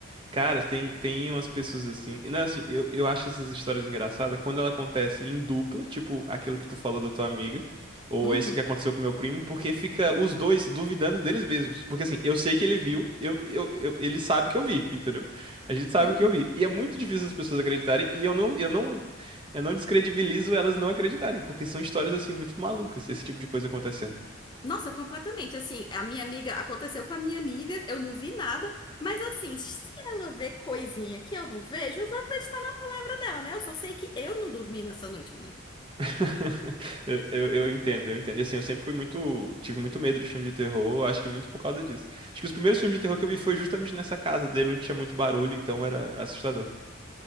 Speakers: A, on the right; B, on the left.
A: Cara, tem, tem umas pessoas assim. Não, assim, eu, eu acho essas histórias engraçadas quando ela acontece em dupla, tipo aquilo que tu falou da tua amiga, ou
B: Uhum,
A: esse que aconteceu com meu primo, porque fica os dois duvidando deles mesmos. Porque assim, eu sei que ele viu, eu, eu, eu- ele sabe que eu vi, entendeu? A gente sabe
B: uhum.
A: que eu vi. E é muito difícil as pessoas acreditarem, e eu não, eu não, eu não descredibilizo elas não acreditarem, porque são histórias assim muito malucas, esse tipo de coisa acontecendo.
B: Nossa, completamente. Assim, a minha amiga, aconteceu com a minha amiga, eu não vi nada, mas assim, se ela vê coisinha que eu não vejo, eu vou acreditar na palavra dela, né? Eu só sei que eu não dormi nessa noite, menina.
A: <laughs> Eu, eu, eu entendo, eu entendo. E assim, eu sempre fui muito. Tive muito medo de filme de terror, acho que muito por causa disso. Acho que os primeiros filmes de terror que eu vi foi justamente nessa casa dele, onde tinha muito barulho, então era assustador. <laughs>